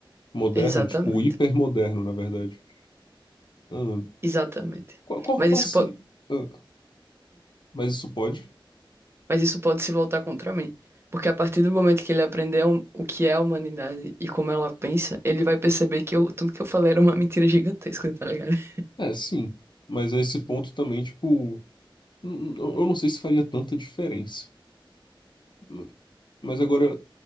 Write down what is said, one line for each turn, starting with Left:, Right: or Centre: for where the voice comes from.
Left: Moderno,
Right: Exatamente.
Left: tipo hipermoderno, na verdade. Ah,
Right: Exatamente.
Left: qual, qual,
Right: Mas
Left: qual
Right: isso
Left: se...
Right: pode.
Left: ah, mas isso pode?
Right: Mas isso pode se voltar contra mim. Porque a partir do momento que ele aprender o o que é a humanidade e como ela pensa, ele vai perceber que eu- tudo que eu falei era uma mentira gigantesca, tá ligado? <laughs>
Left: É, sim. Mas a esse ponto também, tipo, n- n- eu não sei se faria tanta diferença. Hum, Mas agora,